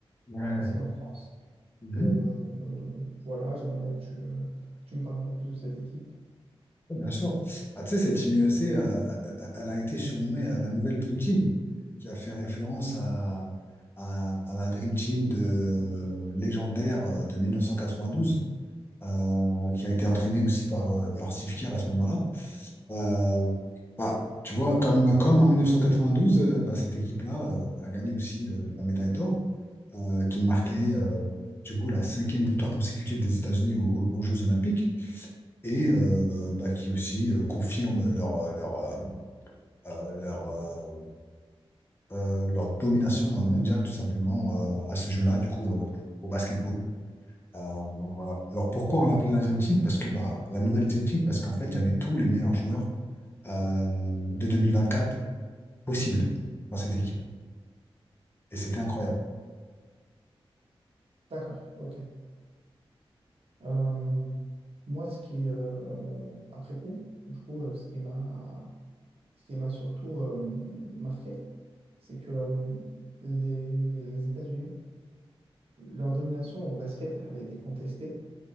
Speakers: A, on the left (about 25°); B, on the right (about 70°).
A: ouais.
B: ici en France.
A: Mhm.
B: Et euh, euh, voilà, j'aimerais bien que tu, euh, tu me parles un peu plus de cette équipe.
A: Ouais, bien sûr. Bah, tu sais, cette Team USA, euh, euh, euh, elle a été surnommée euh, la nouvelle Dream Team, qui a fait référence à, à, à la Dream Team de, euh, légendaire euh, de 1992, euh, qui a été entraînée aussi par, euh, par Steve Kerr à ce moment-là. Euh, bah, tu vois, comme, comme en 1992, euh, bah, cette équipe-là euh, a gagné aussi euh, la médaille d'or, euh, qui marquait euh, du coup la cinquième victoire consécutive des États-Unis aux aux- aux Jeux Olympiques. et euh, bah, qui aussi euh, confirment leur, euh, leur, euh, euh, leur, euh, euh, leur domination euh, mondiale, tout simplement, euh, à ce jeu-là, du coup, au, au basketball. Euh, donc voilà. Alors pourquoi on l'appelait la Dream Team? Parce que bah, la nouvelle Dream Team, parce qu'en fait, il y avait tous les meilleurs joueurs euh, de quatre possibles dans cette équipe. Et c'était incroyable.
B: D'accord, ok. Euh, moi, ce qui, euh, après coup, du coup, euh, ce qui m'a Ce qui m'a surtout euh, marqué, c'est que euh, les, les États-Unis, leur domination au basket, elle avait été contestée.